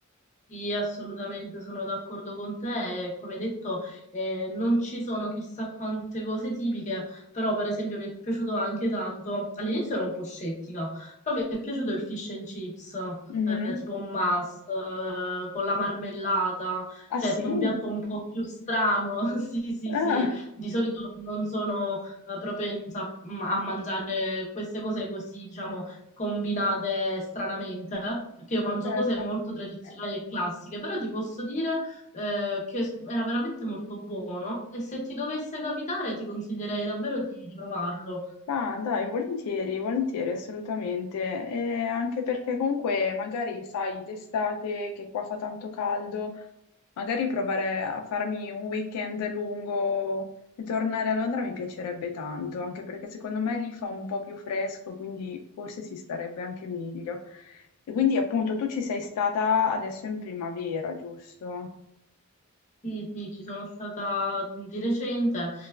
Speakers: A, on the left; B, on the left.
A: Sì, assolutamente sono d'accordo con te. e, Come detto, eh, non ci sono chissà quante cose tipiche, però per esempio mi è piaciuto anche tanto. All'inizio ero un po' scettica, però mi è piaciuto il fish and chips,
B: Mhm.
A: eh, tipo un must, eh, con la marmellata.
B: Ah
A: Certo,
B: sì?
A: un piatto un po' più strano. <laughs> Sì, sì,
B: Ah,
A: sì. Di solito non sono eh, propensa mm, a mangiare queste cose così, diciamo combinate stranamente, perché io mangio
B: certo.
A: cose molto tradizionali e classiche, però ti posso dire eh, che era veramente molto buono e se ti dovesse capitare ti consiglierei davvero di di provarlo.
B: Ah, dai, volentieri, volentieri, assolutamente. E anche perché comunque magari sai, d'estate che qua fa tanto caldo, Magari provare a farmi un weekend lungo e tornare a Londra mi piacerebbe tanto, anche perché secondo me lì fa un po' più fresco, quindi forse si starebbe anche meglio. E quindi appunto tu ci sei stata adesso in primavera, giusto?
A: Sì, sì, ci sono stata di recente